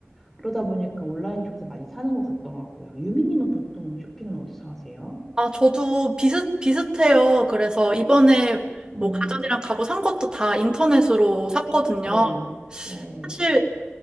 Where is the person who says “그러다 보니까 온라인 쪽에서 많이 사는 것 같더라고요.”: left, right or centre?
Centre